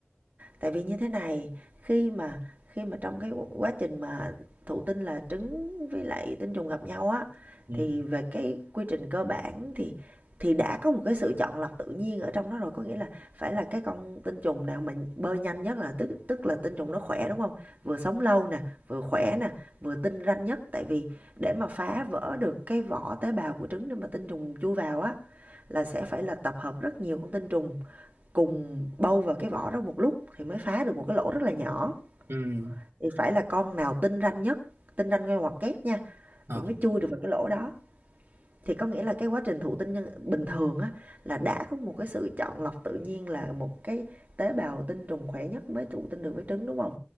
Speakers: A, on the right; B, on the right.
A: tại vì như thế này khi mà khi mà trong cái quá trình mà thụ tinh là trứng với lại tinh trùng gặp nhau á
B: ừ,
A: thì về cái quy trình cơ bản thì thì đã có một cái sự chọn lọc tự nhiên ở trong đó rồi có nghĩa là phải là cái con tinh trùng nào mà bơi nhanh nhất là tức tức là tinh trùng nó khỏe đúng không vừa sống lâu nè vừa khỏe nè vừa tinh ranh nhất tại vì để mà phá vỡ được cái vỏ tế bào của trứng để mà tinh trùng chui vào á là sẽ phải là tập hợp rất nhiều con tinh trùng cùng bâu vào cái vỏ đó một lúc thì mới phá được một cái lỗ rất là nhỏ
B: ừ.
A: thì phải là con nào tinh ranh nhất tinh ranh ngay ngoặc kép nha
B: Ờ,
A: thì mới chui được vào cái lỗ đó thì có nghĩa là cái quá trình thụ tinh nhân bình thường á là đã có một cái sự chọn lọc tự nhiên là một cái tế bào tinh trùng khỏe nhất mới thụ tinh được với trứng đúng không